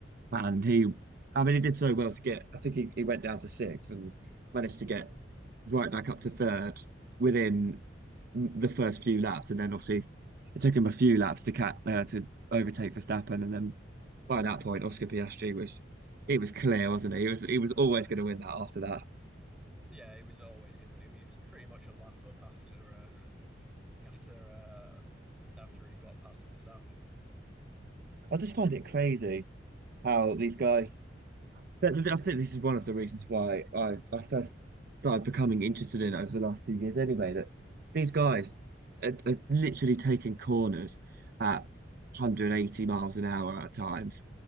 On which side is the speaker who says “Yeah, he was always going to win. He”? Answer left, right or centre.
Centre